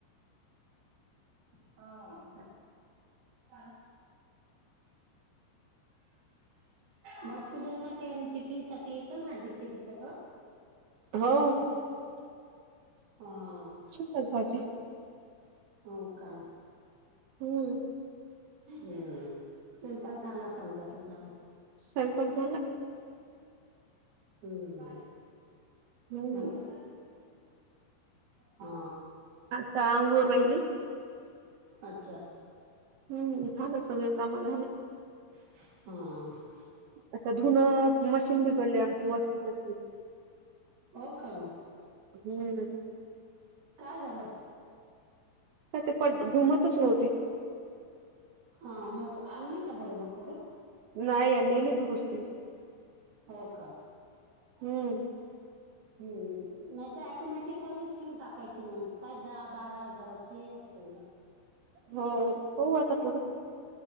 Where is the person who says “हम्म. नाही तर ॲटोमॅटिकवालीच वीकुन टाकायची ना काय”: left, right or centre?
Right